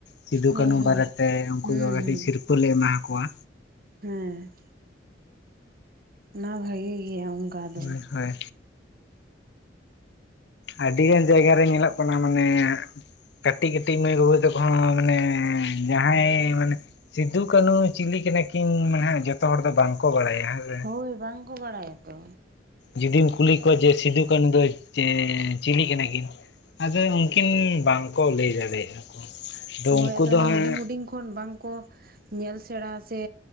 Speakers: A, on the left; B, on the right.
A: ᱥᱤᱫᱩ
B: ᱦᱳᱭ
A: ᱠᱟᱹᱱᱩ
B: ᱦᱳᱭ
A: ᱵᱟᱨᱮᱛᱮ ᱩᱱᱠᱩ
B: ᱦᱩᱸ
A: ᱫᱚ ᱠᱟᱹᱴᱤᱡ
B: ᱦᱩᱸ
A: ᱥᱤᱨᱯᱟᱹ ᱞᱮ ᱮᱢᱟ ᱠᱚᱣᱟ᱾
B: ᱦᱮᱸ ᱱᱚᱣᱟ ᱵᱷᱟᱜᱤ ᱜᱮᱭᱟ ᱚᱱᱠᱟ ᱫᱚ᱾
A: ᱦᱳᱭ ᱦᱳᱭ ᱟᱹᱰᱤ ᱜᱟᱱ ᱡᱟᱭᱜᱟ ᱨᱮ ᱧᱮᱞᱚᱜ ᱠᱟᱱᱟ ᱢᱟᱱᱮ ᱠᱟᱹᱴᱤᱡ ᱠᱟᱹᱴᱤᱡ ᱢᱟᱹᱭ ᱵᱟᱹᱵᱩ ᱛᱟᱠᱚ ᱦᱚᱸ ᱢᱟᱱᱮ ᱡᱟᱦᱟᱸᱭ ᱢᱟᱱᱮ ᱥᱤᱫᱩ ᱠᱟᱹᱱᱦᱩ ᱪᱤᱞᱤ ᱠᱟᱱᱟ ᱠᱤᱱ ᱱᱟᱦᱟᱜ ᱡᱚᱛᱚ ᱦᱚᱲ ᱫᱚ ᱵᱟᱝ ᱠᱚ ᱵᱟᱲᱟᱭᱟ᱾ ᱦᱮᱸ ᱥᱮ
B: ᱦᱳᱭ ᱵᱟᱝᱠᱚ ᱵᱟᱲᱟᱭᱟ ᱛᱚ᱾
A: ᱡᱩᱫᱤᱢ ᱠᱩᱞᱤ ᱠᱚᱣᱟ ᱡᱮ ᱥᱤᱫᱩ ᱠᱟᱹᱱᱩ ᱫᱚ ᱪᱤᱞᱤ ᱠᱟᱱᱟ ᱠᱤᱱ ᱟᱫᱚ ᱩᱱᱠᱤᱱ, ᱵᱟᱝᱠᱚ ᱞᱟᱹᱭ ᱫᱟᱲᱮᱭᱟᱜᱼᱟ ᱠᱚ
B: ᱦᱳᱭ
A: ᱩᱱᱠᱩ
B: ᱟᱫᱚ
A: ᱫᱚ
B: ᱚᱱᱟ
A: ᱦᱟᱸᱜ
B: ᱦᱩᱰᱤᱧ ᱦᱩᱰᱤᱧ ᱠᱷᱚᱱ ᱵᱟᱝᱠᱚ ᱧᱮᱞ ᱥᱮᱬᱟ ᱥᱮ